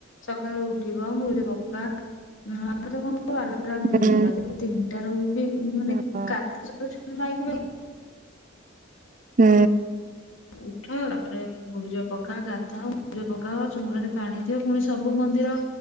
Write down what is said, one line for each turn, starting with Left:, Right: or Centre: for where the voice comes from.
Left: ସକାଳୁ ଉଠିବ ମୁରୁଜ ପକା ଆଉ ତ କଣ? ଆଲାରାମ ଦେଇଦଉ
Right: ହୁଁ
Left: ରାତି ତିନିଟାରୁ ବି ମାନେ
Right: ହଁ
Left: କାର୍ତ୍ତିକ <inaudible> ସ ଛୁ ନକି
Right: ହୁଁ।
Left: ଉଠ ତାପରେ ମୁରୁଜ ପକା ଗାଧଉ ମୁରୁଜ ପକାଉ ଚୌରାରେ ପାଣି ଦିଅ ପୁଣି ସବୁ ମନ୍ଦିର